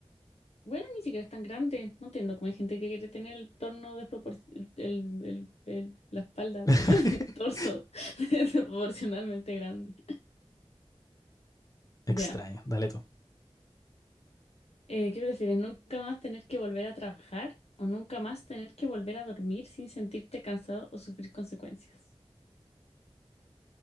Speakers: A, on the left; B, on the left.
A: Bueno, ni siquiera es tan grande. No entiendo cómo hay gente que quiere tener el torno desproporcional, el, el- el- la espalda,
B: <laughs>
A: <laughs> el torso <laughs> desproporcionalmente grande.
B: Extraño,
A: Ya.
B: dale tú.
A: Eh, ¿qué prefieres? ¿Nunca más tener que volver a trabajar o nunca más tener que volver a dormir sin sentirte cansado o sufrir consecuencias?